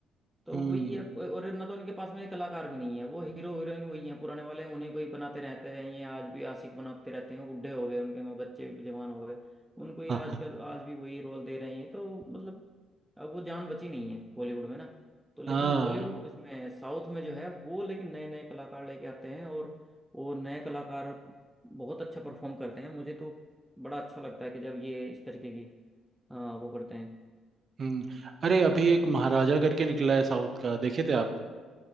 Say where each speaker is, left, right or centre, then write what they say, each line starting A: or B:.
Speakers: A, in the centre; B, on the right.
A: तो
B: हम्म
A: वही है और ना तो उनके पास में कलाकार भी नहीं है वो हीरो हीरोइन वही है पुराने वाले उन्हें कोई बनाते रहते हैं ये आज भी आशिक बनाते रहते हैं बुढ़े हो गए उनके माँ बच्चे भी जवान हो गए उनको ये
B: हाँ
A: आजकल आज भी वही रोल दे रहे हैं तो मतलब अब वो जान बची नहीं है बॉलीवुड में ना तो लेकिन
B: हाँ
A: हॉलीवुड इसमें साउथ में जो है वो लेकिन नए नए कलाकार लेके आते हैं और वो नए कलाकार बहुत अच्छा परफॉर्म करते हैं मुझे तो बड़ा अच्छा लगता है कि जब ये इस तरीके की अ, वो करते हैं
B: हम्म अरे अभी एक
A: ये
B: महाराजा करके निकला है साउथ का देखे थे आप